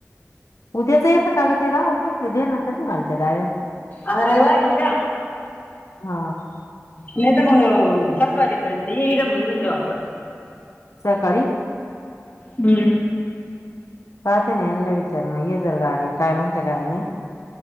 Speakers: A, on the left; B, on the left.
A: उद्याच येतं का ग ते राह पाहि ते दे ना तर निघालते डाव्यास
B: अ रव नूऱ
A: हा
B: नाही तर मग सात वाजेपर्यंत ये मग इडून जाऊ आपण
A: सकाळी
B: हम्म
A: पाते ना यांला विचार मग ये जर गाडी काय म्हणते काय नाही